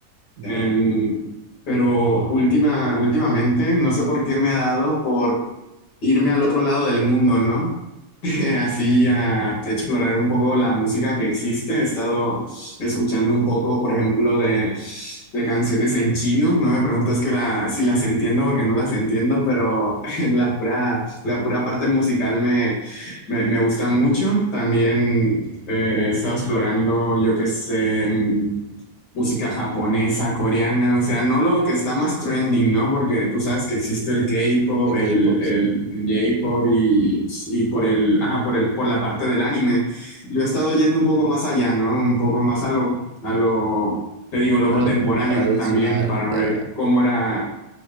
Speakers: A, on the right; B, on the left.
A: Ujú.
B: Eh, pero última, últimamente, no sé por qué me ha dado por irme al otro lado del mundo, ¿no? <laughs> así a explorar un poco la música que existe. He estado escuchando un poco, por ejemplo, de, de canciones en chino. No me preguntes que la, si las entiendo porque no las entiendo, pero <laughs> la pura, la pura parte musical me, me, me gusta mucho. También eh, he estado explorando, yo qué sé música japonesa, coreana, o sea, no lo que está más trending, ¿no? Porque tú sabes que existe el K-pop,
A: El
B: el,
A: K-pop,
B: el
A: sí.
B: J-pop y, y por el, ajá, por el, por la parte del anime. Yo he estado yendo un poco más allá, ¿no? Un poco más a lo, a lo, te digo, lo contemporáneo,
A: A lo tradicional
B: ¿no? También para
A: de
B: ver
A: allá.
B: cómo era